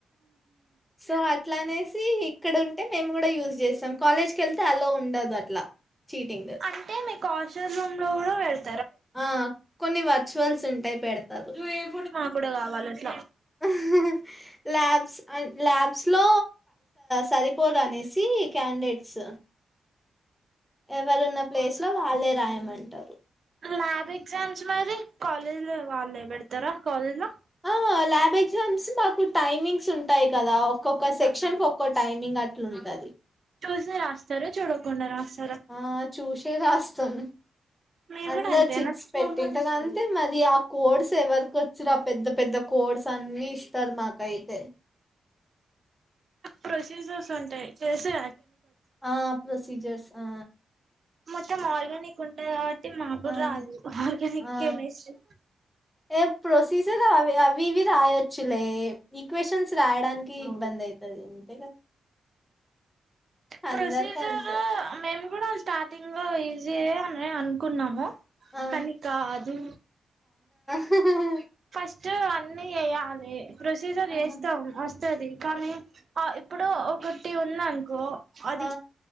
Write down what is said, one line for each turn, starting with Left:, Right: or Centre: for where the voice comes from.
Centre: సో అట్లా అనేసి ఇక్కడ ఉ అంటే మేము కూడా యూజ్ చేస్తాం కాలేజ్కి వెళ్తే అలా ఉండదు అట్లా చీటింగ్.
Right: అంటే మీకు షో రూమ్ లో కూడా పెడ్
Centre: ఆ కొన్ని వాత్ రిచువల్స్ ఉంటాయి పెడతారు నువ్వేం
Right: నా కూడా కావాల అట్లా
Centre: హు హు ల్యాబ్స్ ల్యాబ్స్ లో సరిపోడం అనేసి క్యాండిడేట్స్ ఎవారు నా ప్లేస్ లో వాళ్లే రాయమంటారు
Right: ల్యాబ్ ఎగ్జామ్స్ మరి కాలేజ్ లో వాళ్ళే పెడతారా కాలేజ్ లో
Centre: ఆ ల్యాబ్ ఎగ్జామ్స్ మాకు టైమింగ్స్ ఉంటాయి కదా ఒక్కొక్క సెక్షన్ కు ఒక్కొ టైమింగ్ అట్లుంటది
Right: చూసి రాస్తారు చూడకుండా రాస్తారు
Centre: ఆ చూసా రాస్తాం
Right: మీరు
Centre: అందరు
Right: కూడా అంతేనా
Centre: చిట్స పెటింటార్ అయితే మరి ఆ కోడ్స్ ఎవరికి వచ్చురా ఆ పెద్ద పెద్ద కోడ్స్ అన్ని ఇస్తారు మాకైతే
Right: ప్రొసీజర్స్ ఉంటాయి చేసే
Centre: ఆ ప్రొసీజర్స్ ఆ
Right: మొత్తం ఆర్గనిక్ ఉంటాయి టి మాకు కుడా
Centre: ఆ
Right: రాదు ఆర్గనిక్
Centre: ఆ
Right: కెమిస్ట్రీ
Centre: ఏ ప్రొసీజర్ అవి అవి ఇవి రాయొచ్చులే ఈక్వేషన్స్ రాయడానికి ఇబ్బంది అవుతుంది అంతే కదా అందరికి
Right: ప్రొసీజర్
Centre: అంతే
Right: మేము కూడా స్టార్టింగ్ లో ఇజియే అని అనుకున్నాము
Centre: ఆ
Right: కానీ కాదు
Centre: హహ
Right: ఫస్ట్ అన్ని చేయాలి ప్రొసీజర్
Centre: ఆహా,
Right: వేస్తాం వస్తుది కానీ ఆ ఇప్పుడు ఇప్పుడు ఒకటి వుంది అనుకో అది
Centre: ఆ